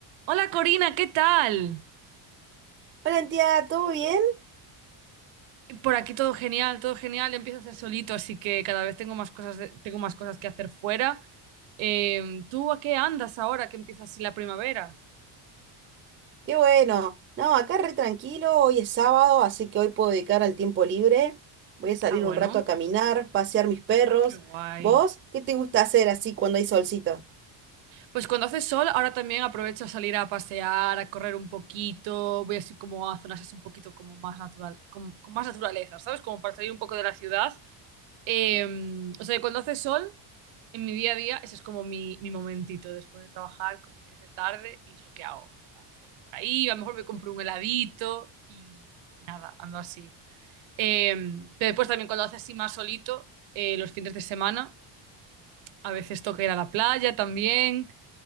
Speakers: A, on the right (about 65°); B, on the right (about 25°).
A: Hola Corina, ¿qué tal?
B: Hola, Antía, ¿todo bien?
A: Por aquí todo genial, todo genial. Empiezo a hacer solito, así que cada vez tengo más cosas, de- tengo más cosas que hacer fuera. Eh, ¿tú a qué andas ahora que empieza así la primavera?
B: Qué bueno. No, acá re tranquilo, hoy es sábado, así que hoy puedo dedicar al tiempo libre. Voy a salir
A: Ah, bueno,
B: un rato a caminar, pasear mis perros.
A: qué guay.
B: ¿Vos qué te gusta hacer así cuando hay solcito?
A: Pues cuando hace sol, ahora también aprovecho a salir a pasear, a correr un poquito. Voy así como a zonas así un poquito como más natural, con, con más naturaleza, ¿sabes? Como para salir un poco de la ciudad Eh, o sea, que cuando hace sol, en mi día a día, ese es como mi, mi momentito después de trabajar, como que es de tarde y es lo que hago. En plan, salgo por ahí, a lo mejor me compro un heladito y nada, ando así. Eh, pero después también cuando hace así más solito, eh, los fines de semana, a veces toca ir a la playa también.